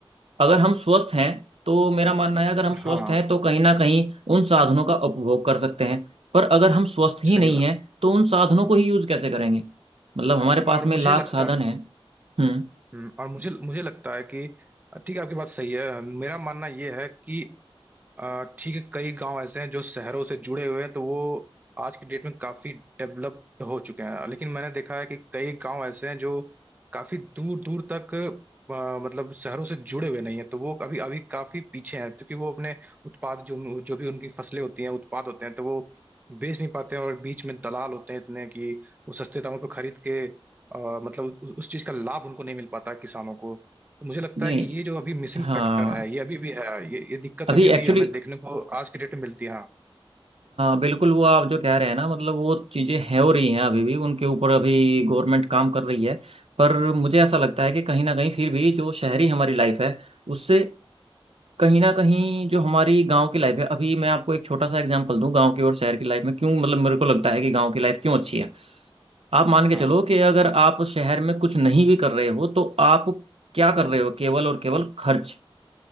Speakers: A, on the right; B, on the right.
A: अगर हम स्वस्थ हैं तो मेरा मानना है अगर हम स्वस्थ
B: हाँ
A: हैं तो कहीं ना कहीं उन साधनों का उपभोग कर सकते हैं पर अगर हम स्वस्थ ही
B: सही
A: नहीं
B: बात
A: हैं तो उन साधनों को ही यूज कैसे करेंगे मतलब हमारे पास
B: और
A: में
B: मुझे
A: लाख
B: लगता
A: साधन हैं हम्म
B: हम्म, और मुझे मुझे लगता है कि ठीक है आपकी बात सही है मेरा मानना ये है कि आ, ठीक है कई गांव ऐसे हैं जो शहरों से जुड़े हुए हैं तो वो आज की डेट में काफी डेवलप्ड हो चुके हैं लेकिन मैंने देखा है कि कई गांव ऐसे हैं जो काफी दूर दूर तक आ, मतलब शहरों से जुड़े हुए नहीं है तो वो अभी अभी काफी पीछे हैं क्योंकि वो अपने उत्पाद जो जो भी उनकी फसलें होती हैं उत्पाद होते हैं तो वो बेच नहीं पाते हैं और बीच में दलाल होते हैं इतने कि वो सस्ते दामों पर खरीद के आ, मतलब उ- उस चीज का लाभ उनको नहीं मिल पाता है किसानों को तो मुझे लगता
A: नहीं
B: है कि ये जो अभी मिसिंग
A: हाँ
B: फैक्टर है ये अभी भी है ये ये दिक्कत
A: अभी
B: अभी
A: एक्चुअली
B: भी हमें देखने को आज की डेट में मिलती है हाँ
A: बिल्कुल वो आप जो कह रहे हैं ना मतलब वो चीज़ें हैं हो रही हैं अभी भी उनके ऊपर अभी गवर्नमेंट काम कर रही है पर मुझे ऐसा लगता है कि कहीं ना कहीं फिर भी जो शहरी हमारी लाइफ है उससे कहीं ना कहीं जो हमारी गांव की लाइफ है अभी मैं आपको एक छोटा सा एग्जांपल दूं गांव की और शहर की लाइफ में क्यों मतलब मेरे को लगता है कि गांव की लाइफ क्यों अच्छी है आप मान के
B: हाँ
A: चलो कि अगर आप शहर में कुछ नहीं भी कर रहे हो तो आप क्या कर रहे हो केवल और केवल खर्च